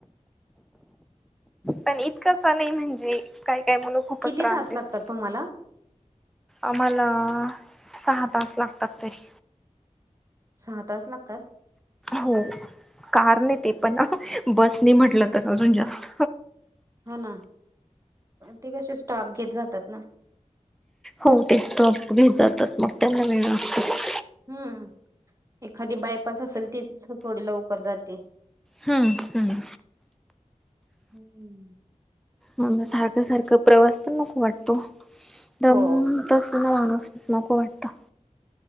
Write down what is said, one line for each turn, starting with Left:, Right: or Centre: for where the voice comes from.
Centre: पण इतकंसा नाही म्हणजे काय काय मुलं. खूपच
Right: किती
Centre: त्रास
Right: तास
Centre: देतात.
Right: लागतात तुम्हाला.
Centre: आम्हाला सहा तास लागतात तरी.
Right: सहा तास लागतात.
Centre: हो कार नाही ते पण बस नाही म्हटलं तर अजून जास्त.
Right: हा ना ते कशी स्टॉप घेत जातात ना.
Centre: हो ते स्टप भे जातात मग त्यांना वेळ लागत.
Right: हम्म,, एखादी बायपास असेल तीच थोडी लवकर जाते.
Centre: हम्म हम्
Right: हम्मम
Centre: हा म सारखं, सारख प्रवास पण नको वाटतो, दंमं
Right: हो
Centre: तस मं नुसतीच नको वाटत